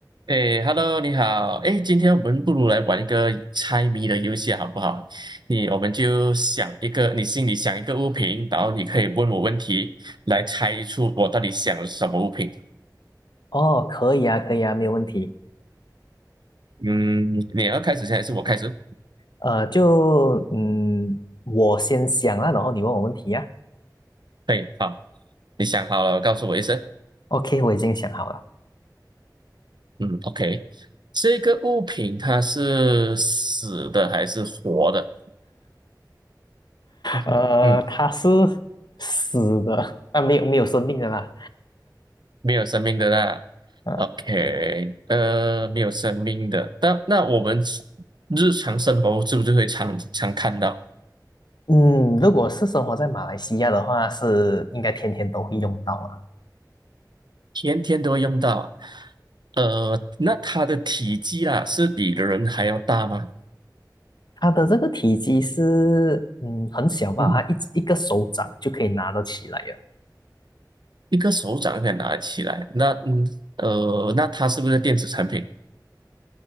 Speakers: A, on the right (about 80°); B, on the left (about 75°).
A: 哎，Hello，你好。哎，今天我们不如来玩一个猜谜的游戏，好不好？你，我们就想一个，你心里想一个物品，然后你可以问我问题，来猜出我到底想了什么物品。
B: 哦，可以啊，可以啊，没有问题。
A: 嗯，你要开始先还是我开始？
B: 呃，就嗯，我先想啊，然后你问我问题呀、
A: 对，好，你想好了，告诉我一声。
B: OK，我已经想好了。
A: 嗯，OK，这个物品它是死的还是活的？嗯嗯
B: 呃，它是死的，啊，没有没有生命的啦。
A: 没有生命的啦。
B: 呃，
A: OK，呃，没有生命的，但那我们日常生活是不是会常常看到，
B: 嗯，如果是生活在马来西亚的话，是应该天天都会用到啊。
A: 天天都会用到啊呃，那它的体积啦，是比人还要大吗？
B: 它的这个体积是嗯很小吧，
A: 嗯，
B: 它一一个手掌就可以拿得起来了。
A: 一个手掌可以拿起来。那嗯，呃，那它是不是电子产品？